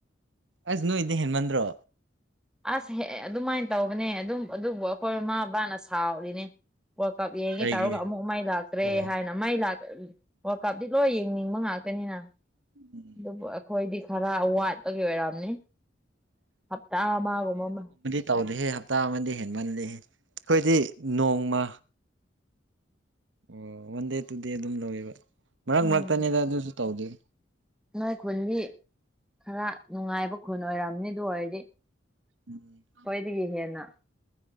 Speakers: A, on the right; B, in the centre.
A: ꯑꯁ ꯅꯣꯏ ꯏꯗꯤ ꯍꯦꯟꯃꯟꯗ꯭ꯔꯣ
B: ꯑꯁ ꯍꯦꯛ ꯑꯗꯨꯃꯥꯏꯅ ꯇꯧꯕꯅꯦ ꯑꯗꯨꯝ ꯑꯗꯨꯕꯨ ꯑꯩꯈꯣꯏ ꯏꯃꯥ ꯕꯥꯅ ꯁꯥꯎꯔꯤꯅꯦ ꯋꯥꯔꯜ ꯀꯞ ꯌꯦꯡꯉꯤ
A: ꯑꯩꯒꯤ
B: ꯇꯥꯔꯒ ꯑꯃꯨꯛ ꯃꯥꯏ ꯂꯥꯛꯇ꯭ꯔꯦ
A: ꯑꯣ
B: ꯍꯥꯏꯅ ꯃꯥꯏꯥꯛ ꯋꯥꯔꯜ ꯀꯞꯇꯤ ꯂꯣꯏ ꯌꯦꯡꯅꯤꯡꯕ ꯉꯥꯛꯇꯅꯤꯅ
A: ꯎꯝ
B: ꯑꯗꯨꯕꯨ ꯑꯩꯈꯣꯏꯗꯤ ꯈꯔ ꯋꯥꯠꯄꯒꯤ ꯑꯣꯏꯔꯝꯅꯤ ꯍꯞꯇꯥ ꯑꯃꯒꯨꯝꯕ ꯑꯃ
A: ꯇꯧꯔꯍꯦ ꯍꯞꯇꯥ ꯑꯃꯗꯤꯗꯤ ꯍꯦꯟꯃꯜꯜꯂꯤ ꯑꯩꯈꯣꯏꯗꯤ ꯅꯣꯡꯃ ꯑꯣ ꯋꯥꯟ ꯗꯦ ꯇꯨ ꯗꯦ ꯑꯗꯨꯝ ꯂꯧꯋꯦꯕ ꯃꯔꯛ
B: ꯎꯝ
A: ꯃꯔꯛꯇꯅꯤꯗ ꯑꯗꯨꯁꯨ ꯇꯧꯗꯣꯏ
B: ꯅꯣꯏ ꯈꯨꯟꯗꯤ ꯈꯔ ꯅꯨꯡꯉꯥꯏꯕ ꯈꯨꯟ ꯑꯣꯏꯔꯝꯅꯤ ꯑꯗꯨ ꯑꯣꯏꯔꯗꯤ
A: ꯎꯝ
B: ꯍꯣꯏꯗꯗꯒꯤ ꯍꯦꯟꯅ